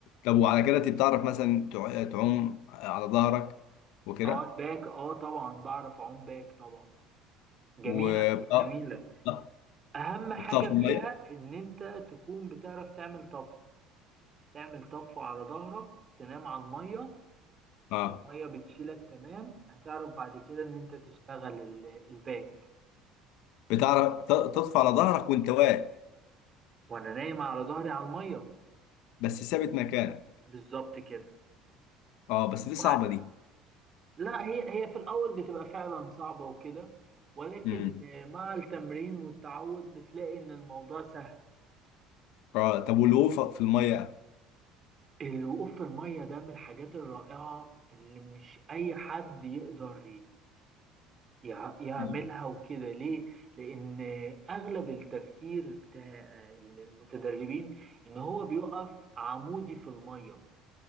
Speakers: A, on the left; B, on the right.
A: طب وعلى كده انت بتعرف مثلا تع- تعوم على ظهرك وكده
B: اه الباك اه طبعا بعرف اعوم باك طبعا جميلة
A: و اه
B: جميلة
A: آه.
B: أهم حاجة
A: وبتقف في الميه
B: فيها إن أنت تكون بتعرف تعمل طفو تعمل طفو على ظهرك تنام على المية
A: اه
B: المية بتشيلك تمام هتعرف بعد كده إن أنت تشتغل ال- الباك
A: بتعرف ت- تطفى على ظهرك وانت واقف
B: وأنا نايم على ظهري على المية
A: بس ثابت مكانك
B: بالظبط كده
A: اه بس
B: وبعد
A: دي صعبه دي
B: لا هي هي في الأول بتبقى فعلا صعبة وكده ولكن
A: امم
B: مع التمرين والتعود بتلاقي إن الموضوع سهل
A: اه طب والوقوف في الميه
B: الوقوف في المية ده من الحاجات الرائعة اللي مش أي حد يقدر يع- يعملها
A: امم
B: وكده ليه؟ لأن أغلب التفكير بتاع المتدربين إن هو بيقف عمودي في المية